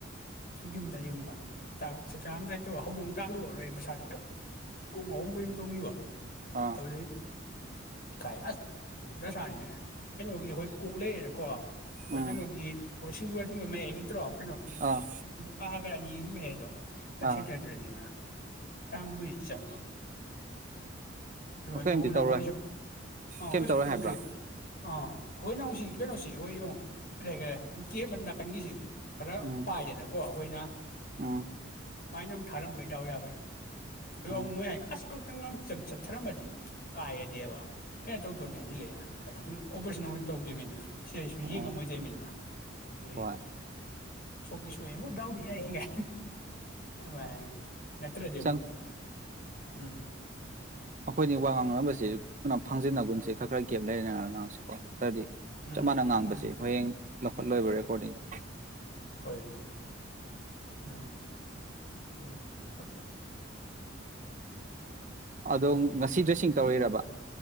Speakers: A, on the left (about 45°); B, on the right (about 40°).
A: ꯌꯨꯝꯗ ꯌꯨꯝꯗ ꯆꯥꯛ ꯆꯛꯆꯥꯔꯝꯗꯥꯏ ꯇꯧꯔ ꯍꯧꯗꯣꯡ ꯆꯥꯛꯂꯨꯕꯂ ꯑꯩ ꯃꯁꯥ ꯍꯇ ꯀꯨꯡ ꯑꯍꯨꯝ ꯀꯔꯤꯝ ꯇꯧꯈꯤꯕ
B: ꯑꯥ
A: ꯍꯧ ꯂꯩ ꯀꯥꯏ ꯑꯁ ꯗꯁꯥꯅꯤ ꯀꯩꯅꯣꯒꯤ ꯑꯩꯈꯣꯏ ꯀꯣꯛ ꯂꯩꯔꯦꯅꯀꯣ ꯑꯩꯈꯣꯏ
B: ꯎꯝ
A: ꯀꯩꯅꯣꯒꯤ ꯍꯣꯏ ꯁꯤꯡꯖꯣꯏꯊꯣꯏꯕ ꯃꯌꯥꯏ ꯂꯩꯇ꯭ꯔꯣ ꯅ
B: ꯑꯥ
A: ꯄ ꯀꯅꯤ ꯃꯦꯗꯣ ꯑꯩ
B: ꯑꯥ
A: ꯁꯖꯗ꯭ꯔꯅꯤꯅ ꯐꯔ ꯂꯨꯏ ꯆꯪꯕ
B: ꯑꯣ
A: ꯑꯗꯨ
B: ꯀꯩꯝꯗꯤ ꯇꯧꯔꯣꯏ
A: ꯃꯣꯏꯁꯨ ꯑꯥ
B: ꯀꯩꯝ
A: ꯀꯩꯁꯨ
B: ꯇꯧꯔꯣꯏ
A: ꯇꯧꯗ꯭ꯔꯤ
B: ꯍꯥꯏꯕ꯭ꯔꯥ
A: ꯑꯥ ꯑꯩꯈꯣꯏ ꯅꯪꯁꯤ ꯀꯩꯅꯣꯁꯤ ꯑꯩꯈꯣꯏ ꯌꯦꯡꯉ ꯀꯔꯤ ꯍꯥꯏꯇꯥꯔꯦ ꯀꯦꯛ ꯑꯃ ꯅꯥꯀꯟꯒꯤꯁꯤ ꯈꯔ
B: ꯎꯝ
A: ꯄꯥꯏꯗꯅꯀꯣ ꯑꯩꯈꯣꯏꯅ
B: ꯎꯝ
A: ꯃꯥꯏ ꯅ ꯑꯃꯨꯛ ꯊꯥꯔꯝꯕꯩꯗꯎ ꯌꯥꯕꯩ ꯑꯗꯨ
B: ꯑꯣ
A: ꯃꯣꯏ ꯍꯥꯏ ꯑꯁ ꯈꯛꯇꯪ ꯉ ꯆꯠꯊꯔꯝꯃꯗꯤ ꯍ ꯀꯥꯏꯔꯗꯤꯦꯕ ꯀꯩꯅꯣ ꯇꯧꯗꯣꯏꯅꯤ ꯍꯥꯏꯖꯤꯜꯂꯛꯑꯦ ꯍꯥꯏꯗꯤ ꯁꯨꯝ ꯑꯣꯄꯔꯦꯁꯟ ꯑꯃꯨꯛ ꯇꯧꯗꯣꯏꯅꯤꯅ ꯁꯤ ꯑꯩꯁꯨ ꯌꯦꯡꯉꯝꯃꯣꯏꯗꯩꯅꯤꯗꯅ
B: ꯑꯣ
A: ꯑꯗꯨꯩ
B: ꯍꯣꯏ
A: ꯁꯣꯛꯇ ꯁꯣꯑꯦꯕꯨꯗꯥꯎꯗꯤ ꯌꯥꯏꯒ ꯑ ꯅꯠꯇ꯭ꯔꯣꯖ ꯑꯃꯨ
B: ꯆꯪ
A: ꯎꯝ
B: ꯑꯩꯈꯣꯏꯅꯤ ꯋꯥ ꯉꯥꯡꯅꯅꯕꯁꯤ ꯀꯩꯅꯣ ꯐꯥꯡꯖꯤꯟꯅꯒꯟꯁꯦ ꯈꯔ ꯈꯔ ꯒꯦꯞ ꯂꯩꯔꯦꯅꯔ ꯉꯥꯡꯁꯤꯀꯣ ꯁꯥꯔꯗꯤ
A: ꯎꯝ
B: ꯆꯞ ꯃꯅ ꯉꯥꯡꯕꯁꯦ
A: ꯎꯝ
B: ꯍꯌꯦꯡ ꯂꯧꯈꯠꯂꯣꯏꯕ ꯔꯦꯀꯣꯔꯗꯤꯡꯗꯣ
A: ꯍꯣꯏ ꯎꯝ ꯎꯝꯠꯄ
B: ꯑꯗꯣ ꯉꯁꯤ ꯗ꯭ꯔꯦꯁꯤꯡ ꯇꯧꯣꯏꯔꯕ